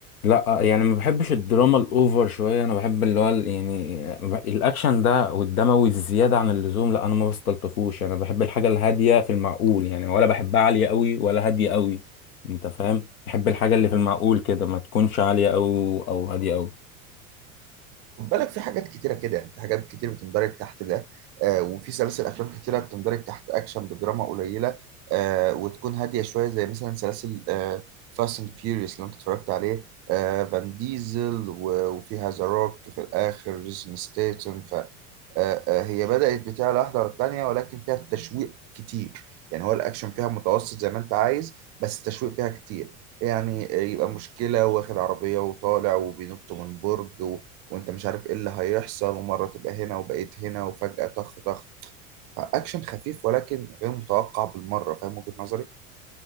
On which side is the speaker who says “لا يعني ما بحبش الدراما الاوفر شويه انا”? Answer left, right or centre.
Left